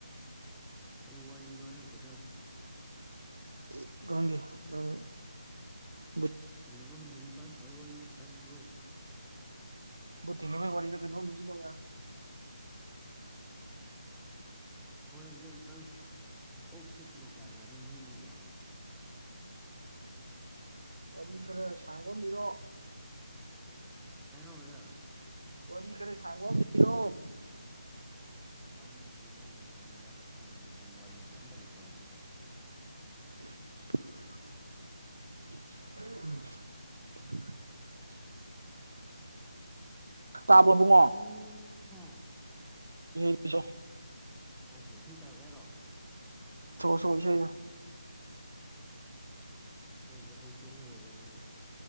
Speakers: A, in the centre; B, on the right.
A: ꯀꯩ ꯋꯥꯔꯤ ꯂꯤꯌꫭ ꯍꯥꯏ ꯅꯣ ꯕꯗꯔ
B: ꯑꯩ ꯈꯪꯗꯦ ꯅꯪ ꯎꯝ
A: ꯍꯅꯨꯕ ꯍꯅꯨꯕꯤ ꯄꯥꯟ ꯊꯥꯕꯩ ꯋꯥꯔꯤ ꯆꯥꯅꯤꯡꯕ꯭ꯔꯣ
B: ꯕꯨꯠ ꯊꯦꯡꯅꯕꯩ ꯋꯥꯔꯤꯔ ꯀꯩꯅꯣꯝ ꯂꯤꯁꯜꯂꯛꯑꯣ ꯌꯥꯅꯤ
A: ꯍꯣꯔꯦꯟꯗꯤ ꯑꯝꯇꯪ ꯑꯣꯛꯁꯦ ꯀꯤꯂꯣ ꯀꯌꯥꯒ ꯌꯥꯅꯤ ꯃꯤ ꯑꯃꯒꯤ ꯏꯌꯥꯝꯕ
B: ꯋꯥꯔꯤ ꯈꯔ ꯁꯥꯡꯕ ꯑꯃ ꯂꯤꯔꯣ
A: ꯀꯩꯅꯣ ꯕꯗꯔ
B: ꯋꯥꯔꯤ ꯈꯔ ꯁꯥꯡꯕ ꯑꯝ ꯏꯔꯣ
A: ꯋꯥꯔꯤꯁꯦ ꯑꯩꯈꯣꯏꯒꯤ ꯀꯔꯤ ꯍꯥꯏꯗ꯭ꯔꯣꯅ ꯈꯪꯗꯔꯦꯟ ꯇꯧꯏꯖꯦ ꯋꯥꯔꯤ ꯖꯦ ꯑꯝꯇ ꯂꯩ ꯇꯧꯏꯁꯤꯗ
B: ꯎ ꯇꯥꯕ꯭ꯔꯣ
A: ꯋꯥꯈꯜ
B: ꯏꯕꯨꯡꯉꯣ
A: ꯍ
B: ꯄꯖꯣ
A: ꯑꯩꯀꯤ ꯏꯁꯩ ꯇꯥꯒꯦ ꯍꯥꯏꯔꯣ
B: ꯁꯛꯑꯣ ꯏꯁꯩꯗ
A: ꯏꯁꯩ ꯖꯦꯥ ꯍꯩ ꯇꯦꯟꯅꯦ ꯚꯗ꯭ꯔꯒꯗꯤ